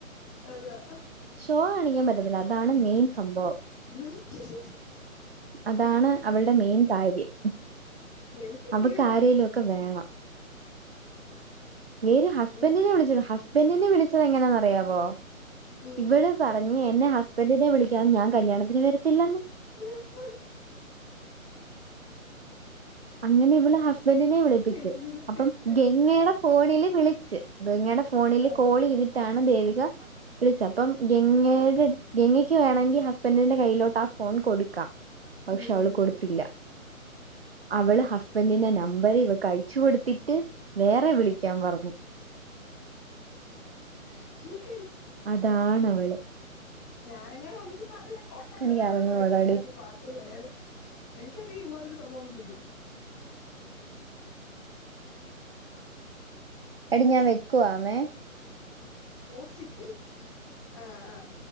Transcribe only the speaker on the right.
ഷോ കാണിക്ക്യാ പറ്റത്തില്ല അതാണ് മെയിൻ സംഭവം.
അതാണ് അവളുടെ മെയിൻ കാര്യം
അവക്ക് ആരെലുംക്കെ
വേണം വേര് ഹസ്ബന്റിനെ
വിളിച്ചോളു ഹസ്ബന്റി നെ വിളിച്ചത് എങ്ങനാന്നറിയാവോ
ഇവള് പറഞ്ഞ് എന്റെ ഹസ്ബന്റിനെ വിളിക്കാഞ്ഞ് ഞാൻ കല്ല്യാണത്തിന് വരത്തില്ലാന്ന്
അങ്ങനെ ഇവള് ഹസ്ബന്റിനെ വിളിപ്പിച്ചു
അപ്പം
ഗംഗയുടെ ഫോണില് വിളിച്ച് ഗംഗ യുടെ ഫോണില്
കോൾ ചെയ്തിട്ടാണ് ദേവിക വിളിച്ചത് അപ്പം ഗംഗയുടെ ഗംഗക്ക് വേണോങ്കി ഹസ്ബന്റിന്റെ കയ്യിലോട്ട് ആഹ് ഫോൺ കൊടുക്കാം പക്ഷെ
അവള്
കൊടുത്തില്ല. അവള് ഹസ്ബന്റിന്റെ നമ്പർ ഇവൾക്കയ ച്ചൊടുത്തിട്ട് വേറെ വിളിക്കാൻ പറഞ്ഞു
അതാണവള്
എനിക്കറിഞ്ഞൂടാടി.
എടി ഞാൻ വെക്കുവാന്നെ